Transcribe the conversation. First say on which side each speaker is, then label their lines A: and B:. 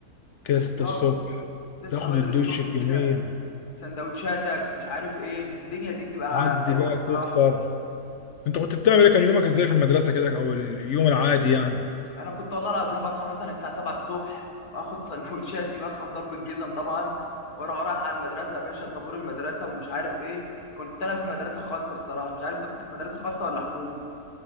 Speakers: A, on the left; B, on the left.
A: كده
B: بالظبط
A: 6 الصبح
B: تصحى
A: تاخد
B: بدري
A: الدش
B: الصبح
A: الجميل
B: كده سندوتشاتك مش عارف ايه الدنيا دي بتبقى
A: تعدي
B: حلوه
A: بقى
B: الصراحه
A: تفطر انت كنت بتعمل ايه كان يومك ازاي في المدرسه كده او اليوم العادي يعني
B: انا كنت والله العظيم بصحى مثلا الساعه 7 الصبح واخد سندوتشات دي بصحى بضرب الجزم طبعا واروح رايح على المدرسه يا باشا طابور المدرسه ومش عارف ايه كنت انا في مدرسه خاصه الصراحه مش عارف انت كنت في مدرسه خاصه ولا حكومي